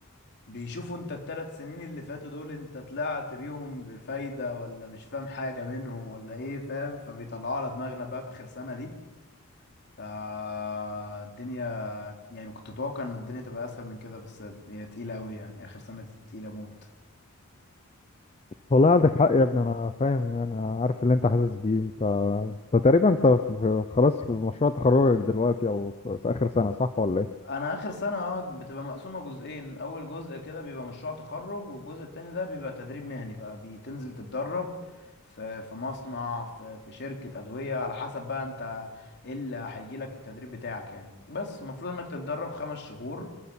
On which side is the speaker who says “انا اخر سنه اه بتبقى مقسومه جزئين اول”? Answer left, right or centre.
Left